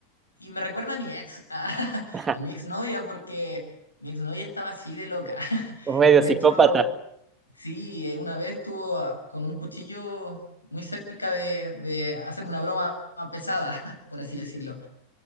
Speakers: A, on the left; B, on the right.
A: Y me recuerda a mi ex, a, <laughs>
B: <laughs>
A: a mi exnovia, porque mi exnovia estaba así de loca. <laughs>
B: Un medio
A: De
B: psicópata.
A: hecho, sí, eh, una vez estuvo ah, con un cuchillo muy cerca de, de hacerme una broma pesada, <laughs> por así decirlo.